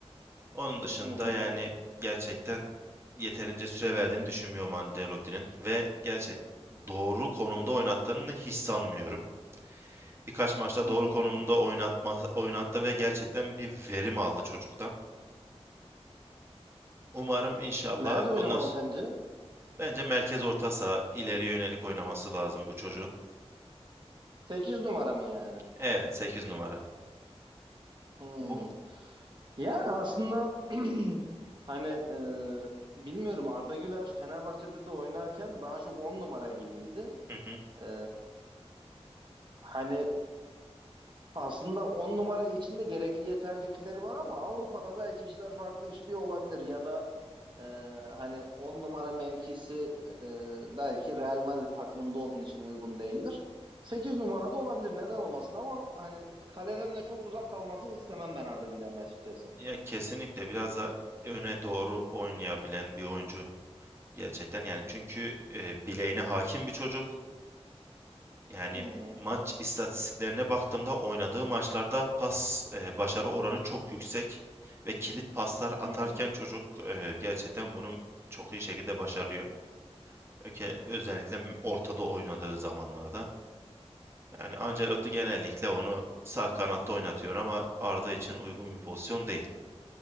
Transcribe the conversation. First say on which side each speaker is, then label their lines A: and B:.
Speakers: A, on the right (about 25°); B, on the right (about 45°).
A: Onun dışında
B: Hı hı,
A: yani gerçekten yeterince süre verdiğini düşünmüyorum Ancelotti'nin ve gerçek doğru konumda oynattığını hiç sanmıyorum. Birkaç maçta
B: hı
A: doğru
B: hı.
A: konumda oynatma, oynattı ve gerçekten bir verim aldı çocuktan. Umarım inşallah
B: Nerede oynamalı
A: bundan
B: sence?
A: Bence merkez orta saha ileriye yönelik oynaması lazım bu çocuğun.
B: 8 numara mı yani?
A: Evet 8 numara.
B: Hı.
A: Bu
B: Yani aslında <clears throat> hani e, bilmiyorum Arda Güler Fenerbahçe'de de oynarken daha çok 10 numara gibiydi.
A: hı hı.
B: E, hani aslında on numara için de gerekli yeterlilikleri var ama Avrupa'da belki işler farklı işliyor olabilir ya da e, hani 10 numara mevkisi e, belki Real Madrid takımında onun için uygun değildir. 8 numarada olabilir neden olmasın ama hani kaleden de çok uzak kalmasını istemem ben Arda Güler'in açıkçası.
A: Ya kesinlikle biraz da öne doğru oynayabilen bir oyuncu gerçekten. Yani çünkü e, bileğine hakim bir çocuk. Yani
B: Hı hı.
A: maç istatistiklerine baktığımda oynadığı maçlarda pas e, başarı oranı çok yüksek ve kilit paslar atarken
B: Hı hı.
A: çocuk e, gerçekten bunu çok iyi şekilde başarıyor. Öke- Özellikle ortada oynadığı zamanlarda. Yani Ancelotti genellikle onu sağ kanatta oynatıyor ama Arda için uygun bir pozisyon değil.